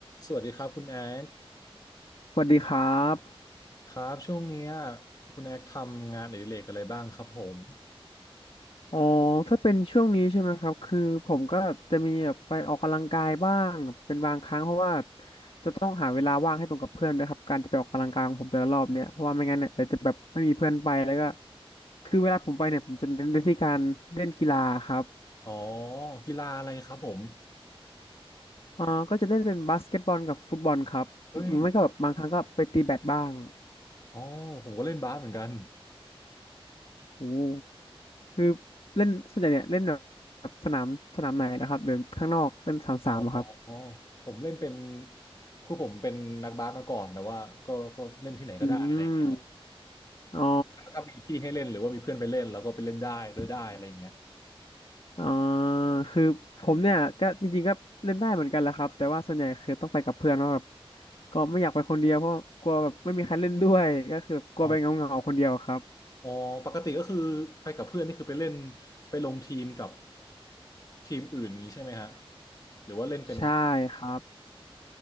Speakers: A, on the left; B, on the left.
A: สวัสดีครับคุณแอ๊ก
B: สวัสดีครับ
A: ครับช่วงเนี้ยคุณแอ๊กทำงานอดิเรกอะไรบ้างครับผม
B: อ๋อถ้าเป็นช่วงนี้ใช่ไหมครับคือผมก็แบบจะมีแบบไปออกกำลังกายบ้างเป็นบางครั้งเพราะว่าจะต้องหาเวลาว่างให้ตรงกับเพื่อนด้วยครับการจะไปออกกำลังกายของผมแต่ละรอบเนี่ยเพราะว่าไม่งั้นเนี่ยเดี๋ยวจะแบบไม่มีเพื่อนไปแล้วก็คือเวลาผมไปเนี่ยผมจะเน้นไปที่การเล่นกีฬาครับ
A: อ๋อกีฬาอะไรครับผม
B: อ่าก็จะเล่นเป็นบาสเกตบอลกับฟุตบอลครับหรือไม่ก็แบบบางครั้งก็ไปตีแบดบ้าง
A: เฮ้ยอ๋อผมก็เล่นบาสเหมือนกัน
B: โอ้คือเล่นส่วนใหญ่เนี่ยเล่นแบบสนามสนามไหนนะครับเดินข้างนอกเล่นสนามสามเหรอครับ
A: อ๋อผมเล่นเป็นคือผมเป็นนักบาสมาก่อนแต่ว่าก็ก็เล่นที่ไหนก็ได้อะไรเงี้ยครับ
B: อืม อ๋อ
A: ถ้ามีที่ให้เล่นหรือว่ามีเพื่อนไปเล่นเราก็ไปเล่นได้ด้วยได้อะไรเงี้ย
B: อ่าคือผมเนี่ยก็จริงๆก็เล่นได้เหมือนกันแหละครับแต่ว่าส่วนใหญ่คือต้องไปกับเพื่อนเพราะแบบ
A: เออ
B: ก็ไม่อยากไปคนเดียวเพราะกลัวแบบไม่มีใครเล่นด้วยก็คือแบบกลัวไปเหงาๆคนเดียวครับ
A: อ๋ออ๋อปกติก็คือไปกับเพื่อนนี่คือไปเล่นไปลงทีมกับทีมอื่นอย่างงี้ใช่ไหมฮะหรือว่าเล่นเป็น
B: ใช่ครับ